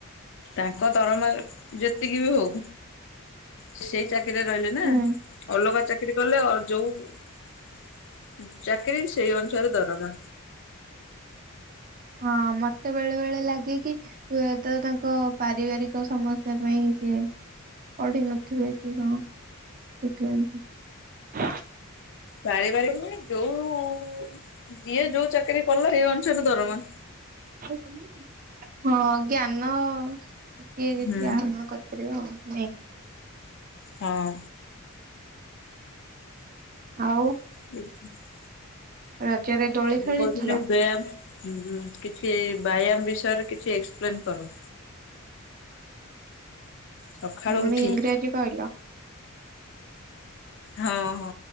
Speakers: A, on the left (about 60°); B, on the right (about 40°).
A: ତାଙ୍କ ତରମା ଯେତିକି ବି ହଉ ସେଇ ଚାକିରିରେ ରହିଲେ ନାଁ
B: ହୁଁ
A: ଅଲଗା ଚାକିରି କଲେ ଅ ଯୋଉ ଚାକିରୀ ସେଇ ଅନୁସାରେ ଦରମା।
B: ହଁ ମତେ ବେଳେ ବେଳେ ଲାଗେ କି ହୁଏତ ତାଙ୍କ ପାରିବାରିକ ସମସ୍ୟା ପାଇଁ ସିଏ ପଢି ନଥିବେ କି କଣ ସେଠୁ ଏମିତି।
A: ପାରି ବାରିକ ନୁହେଁ ଯୋଉ ଯିଏ ଯୋଉ ଚାକିରି କଲା ସେଇ ଅନୁସାରେ ଦରମା।
B: <unintelligible> ହଁ ଜ୍ଞାନ କିଏ ଯେତିକି
A: ହୁଁ
B: ଆହରଣ କରେ। କରିବ ନାଇଁ?
A: ହଁ।
B: ଆଉ?
A: <unintelligible>
B: ରଜରେ ଦୋଳି
A: ମୁଁ
B: ଖେଳିଥିଲ?
A: କହୁଥିଲି ବେୟାମ ଉଁ ଉଁ କିଛି ବାୟାମ ବିଷୟରେ କିଛି ଏକ୍ସପ୍ଲେନ କର। ସକାଳୁ
B: ପୁଣି
A: ଉଠି
B: ଇଂଗ୍ରାଜୀ କଇଲ?
A: ହଁ ହଁ